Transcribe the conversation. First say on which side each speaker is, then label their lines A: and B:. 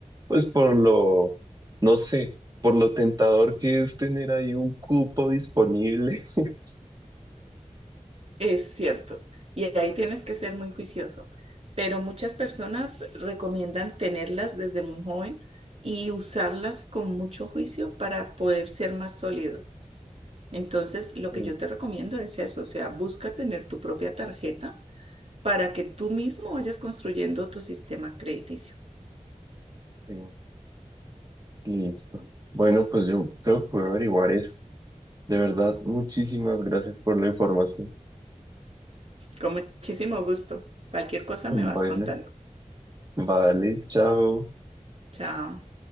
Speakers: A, on the right; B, on the right.
A: pues por lo, no sé, por lo tentador que es tener ahí un cupo disponible. <laughs>
B: Es cierto. Y ahí tienes que ser muy juicioso. Pero muchas personas recomiendan tenerlas desde muy joven y usarlas con mucho juicio para poder ser más sólidos. Entonces, lo
A: Sí,
B: que yo te recomiendo es eso, o sea, busca tener tu propia tarjeta para que tú mismo vayas construyendo tu sistema crediticio.
A: sí, listo. Bueno, pues yo creo que voy a averiguar eso. De verdad, muchísimas gracias por la información.
B: Con muchísimo gusto. Cualquier cosa
A: Bueno,
B: me vas contando.
A: vale, chao.
B: Chao.